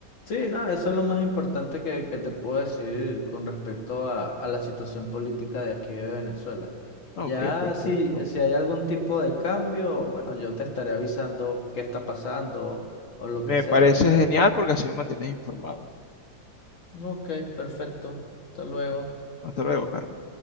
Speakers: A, on the left; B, on the left.
A: sí, no, eso es lo más importante que, que te puedo decir con respecto a, a la situación política de aquí de Venezuela.
B: Ok,
A: Ya
B: perfecto.
A: si, si hay algún tipo de cambio, bueno, yo te estaré avisando qué está pasando o lo
B: Me
A: que sea,
B: parece
A: pero...
B: genial porque así me mantienes informado.
A: Ok, perfecto. Hasta luego.
B: Hasta luego, Carlos.